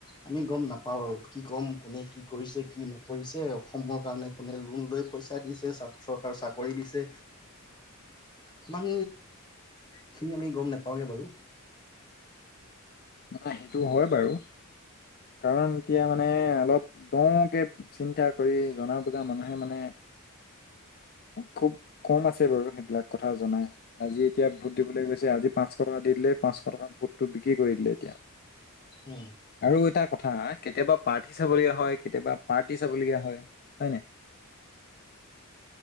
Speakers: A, on the left; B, on the left.
A: আমি গম নাপাওঁ, আৰু কি ক'ম কোনে কি কৰিছে কি নকৰিছে অসমৰ কাৰণে কোনে লোন লৈ পইচা দিছে। চ চৰকাৰ চাকৰি দিছে ইমান খিনি আমি গম নেপাওঁগে বাৰু
B: মানে সেইটো হয় বাৰু, কাৰণ এতিয়া মানে অলপ দকে চিন্তা কৰি জনা বুজা মানুহে মানে খুব কম আছে বাৰু, সেইবিলাক কথা জনা আজি এতিয়া ভোট দিবলৈ গৈছে। আজি পাঁচশ টকা দি দিলে। পাঁচশ টকাত ভোটটো বিক্ৰী কৰি দিলে এতিয়া
A: উম
B: আৰু এটাক কথা কেতিয়াবা পাৰ্থি চাব লগীয়া হয় কেতিয়াবা পাৰ্টি চাবলগীয়া হয়। হয় নই?